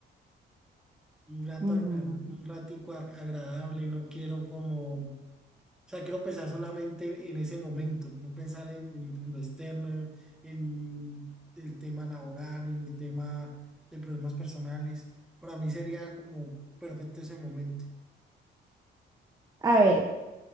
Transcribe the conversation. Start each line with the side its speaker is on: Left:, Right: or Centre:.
Centre: un rato,
Right: Ujú.
Centre: agra- un ratico ag- agradable, no quiero como, o sea, quiero pensar solamente en ese momento, no pensar en, en- en lo externo, en en el tema laboral, en el tema de problemas personales. Para mí sería como perfecto ese momento.
Right: A ver,